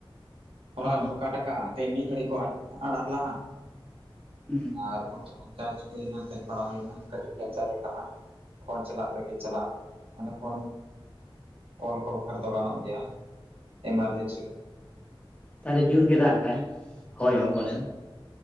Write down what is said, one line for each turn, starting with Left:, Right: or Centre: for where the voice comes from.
Right: ᱦᱚᱞᱟ
Left: ᱚ
Right: ᱨᱮᱠᱚ ᱠᱟᱴ ᱠᱟᱜᱼᱟ ᱛᱮᱦᱮᱧ ᱢᱤᱫ ᱜᱷᱟᱹᱲᱤ ᱠᱚ ᱟᱲᱟᱜ ᱞᱟᱜᱼᱟ,
Left: ᱦᱩᱸ
Right: ᱟᱨ ᱪᱟᱨᱡᱽ ᱦᱩᱭᱱᱟ ᱪᱟᱨᱡᱽ ᱵᱟᱲᱟ ᱦᱩᱭᱱᱟ ᱠᱟᱹᱴᱤᱡ ᱜᱟᱱ ᱪᱟᱨᱡᱽ ᱠᱟᱱᱟ ᱯᱷᱳᱱ ᱪᱟᱞᱟᱜ ᱞᱟᱹᱜᱤᱫ ᱪᱟᱞᱟᱜ ᱾ᱢᱟᱱᱮ ᱯᱷᱳᱱ ᱠᱚᱞ ᱠᱚ ᱵᱟᱠᱷᱟᱨᱟ ᱫᱚ ᱜᱟᱱᱚᱜ ᱜᱮᱭᱟ ᱮᱢᱟᱨᱡᱮᱱ
Left: ᱛᱟᱦᱚᱞᱮ ᱡᱩᱨ ᱜᱮ ᱫᱟᱜ ᱠᱟᱜᱟᱭ? ᱦᱳᱭ ᱦᱚ ᱯᱟᱞᱮᱱ